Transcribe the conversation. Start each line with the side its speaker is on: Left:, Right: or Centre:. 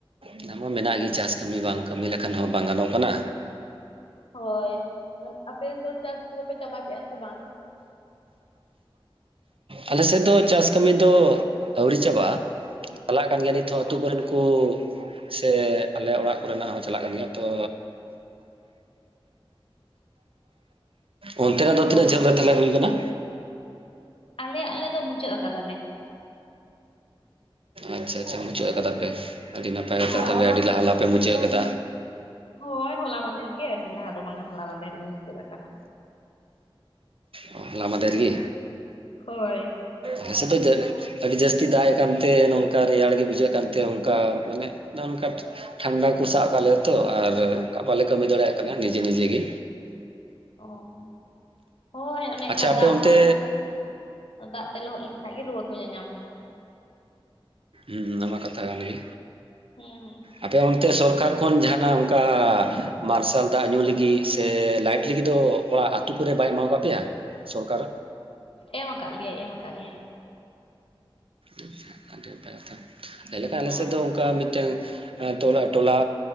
Right: ᱚᱱᱟ ᱢᱟ ᱢᱮᱱᱟᱜ
Left: ᱦᱳᱭ
Right: ᱜᱮ ᱪᱟᱥ ᱠᱟᱹᱢᱤ ᱵᱟᱝ ᱠᱟᱹᱢᱤ ᱞᱮᱠᱷᱟᱱ ᱦᱚᱸ ᱵᱟᱝ ᱜᱟᱱᱚᱜ ᱠᱟᱱᱟ᱾
Left: ᱦᱳᱭ ᱟᱯᱮ ᱫᱚ ᱪᱟᱥ ᱠᱚᱫᱚ ᱯᱮ ᱪᱟᱵᱟ ᱠᱮᱫᱼᱟ ᱥᱮ ᱵᱟᱝ?
Right: ᱟᱞᱮ ᱥᱮᱫ ᱫᱚ ᱪᱟᱥ ᱠᱟᱹᱢᱤ ᱫᱚ ᱟᱹᱣᱨᱤ ᱪᱟᱵᱟᱜᱼᱟ᱾ ᱪᱟᱞᱟᱜ ᱠᱟᱱ ᱜᱮᱭᱟ ᱱᱤᱛ ᱦᱚᱸ ᱟᱹᱛᱩ ᱠᱚᱨᱮᱜ ᱠᱩ᱾ ᱥᱮ ᱟᱞᱮ ᱚᱲᱟᱜ ᱠᱚᱨᱮᱱᱟᱜ ᱦᱚᱸ ᱪᱟᱞᱟᱜ ᱠᱟᱱ ᱜᱮᱭᱟ ᱛᱚ ᱚᱱᱛᱮᱱᱟᱜ ᱫᱚ
Left: ᱚ
Right: ᱛᱤᱱᱟᱹᱜ ᱡᱷᱟᱹᱞ ᱨᱮ ᱛᱟᱞᱦᱮ ᱦᱩᱭ ᱠᱟᱱᱟ?
Left: ᱟᱞᱮ ᱟᱞᱮ ᱫᱚ ᱢᱩᱪᱟᱹᱫ ᱟᱠᱟᱫᱟᱞᱮ᱾
Right: ᱟᱪᱪᱷᱟ᱾ ᱪᱷᱟ ᱢᱩᱪᱟᱹᱫ ᱠᱟᱫᱟ ᱯᱮ, ᱟᱹᱰᱤ ᱱᱟᱯᱟᱭ ᱠᱟᱛᱷᱟ
Left: ᱦᱳᱭ
Right: ᱛᱟᱞᱦᱮ
Left: ᱢᱩᱪᱟᱹᱫ
Right: ᱟᱹᱰᱤ ᱞᱟᱦᱟ
Left: ᱟᱠᱟᱫᱟ
Right: ᱞᱟᱦᱟᱯᱮ ᱢᱩᱪᱟᱹᱫ ᱠᱟᱫᱟ᱾
Left: ᱦᱳᱭ ᱦᱚᱞᱟ ᱢᱟᱫᱷᱮᱨ ᱜᱮ ᱟᱹᱰᱤ ᱞᱟᱦᱟ ᱫᱚ ᱵᱟᱝᱟ ᱦᱚᱞᱟ ᱢᱟᱫᱷᱮᱨ ᱜᱮ ᱢᱩᱪᱟᱹᱫ ᱟᱠᱟᱱᱟ᱾
Right: ᱚ ᱦᱚᱞᱟ ᱢᱟᱫᱷᱮᱨ ᱜᱤᱻ
Left: ᱦᱳᱭ᱾
Right: ᱟᱞᱮ ᱥᱮᱫ ᱫᱚ ᱡᱟ ᱟᱹᱰᱤ ᱡᱟᱹᱥᱛᱤ ᱫᱟᱜ ᱮᱫ ᱠᱟᱱᱛᱮ ᱱᱚᱝᱠᱟ ᱨᱮᱭᱟᱲ ᱜᱮ ᱵᱩᱡᱷᱟᱹᱜ ᱠᱟᱱᱛᱮ ᱚᱱᱠᱟ ᱢᱟᱱᱮ ᱱᱚᱜ-ᱚ ᱱᱚᱝᱠᱟ ᱴᱷᱟᱱᱰᱟ ᱠᱚ ᱥᱟᱵ ᱠᱟᱜ ᱞᱮᱭᱟ ᱛᱚ ᱟᱨ ᱚᱱᱠᱟ ᱵᱟᱞᱮ ᱠᱟᱹᱢᱤ ᱫᱟᱲᱮᱭᱟᱜ ᱠᱟᱱᱟ ᱱᱤᱡᱮ ᱱᱤᱡᱮ ᱜᱮ᱾
Left: ᱚᱸ᱾ ᱦᱳᱭ ᱚᱱᱮ ᱮᱱᱠᱟ
Right: ᱟᱪᱪᱷᱟ ᱟᱯᱮ
Left: ᱫᱟᱜ
Right: ᱚᱱᱛᱮ
Left: ᱫᱟᱢ ᱫᱟᱜ ᱛᱮ ᱞᱚᱦᱚᱫ ᱞᱮᱱᱠᱷᱟᱡ ᱜᱮ ᱨᱩᱣᱟᱹ ᱠᱚ ᱧᱟᱧᱟᱢ ᱠᱟᱱᱟ᱾
Right: ᱩᱸ ᱚᱱᱟ ᱢᱟ ᱠᱟᱛᱷᱟ ᱠᱟᱱ ᱜᱮ᱾
Left: ᱦᱮᱸ ᱦᱮᱸ᱾
Right: ᱟᱯᱮ ᱚᱱᱛᱮ ᱥᱚᱨᱠᱟᱨ ᱠᱷᱚᱱ ᱡᱟᱦᱟᱱᱟᱜ ᱚᱱᱠᱟ ᱢᱟᱨᱥᱟᱞ ᱫᱟᱜ ᱧᱩ ᱞᱟᱹᱜᱤᱫ ᱥᱮ ᱞᱟᱭᱤᱴ ᱞᱟᱹᱜᱤᱫ ᱫᱚ ᱚᱲᱟᱜ ᱟᱹᱛᱩ ᱠᱚᱨᱮ ᱵᱟᱭ ᱮᱢᱟᱣ ᱠᱟᱜ ᱯᱮᱭᱟ ᱥᱚᱨᱠᱟᱨ
Left: ᱮᱢ ᱠᱟᱜ ᱞᱮᱭᱟ ᱮᱢ ᱠᱟᱜ ᱞᱮᱭᱟᱭ᱾
Right: ᱟᱪᱪᱷᱟ ᱟᱰᱤ ᱱᱟᱯᱟᱭ ᱠᱟᱛᱷᱟ ᱢᱮᱠᱷᱟᱱ
Left: ᱦᱳᱭ
Right: ᱟᱞᱮ ᱥᱮᱫ ᱫᱚ ᱚᱱᱠᱟ ᱢᱤᱫᱴᱟᱝ ᱮᱸ ᱴᱚᱞᱟ